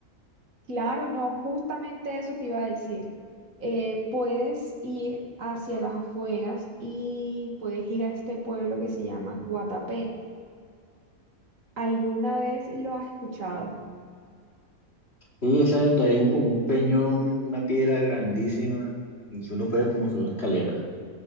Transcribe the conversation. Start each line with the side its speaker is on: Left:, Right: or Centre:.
Right: Claro, no, justamente eso te iba a decir. Eh, puedes ir hacia las afueras y puedes ir a este pueblo que se llama Guatapé. ¿Alguna vez lo has escuchado?
Left: Sí, ese es de ahí un- como un peñón, una piedra grandísima y que uno puede como subir una escalera.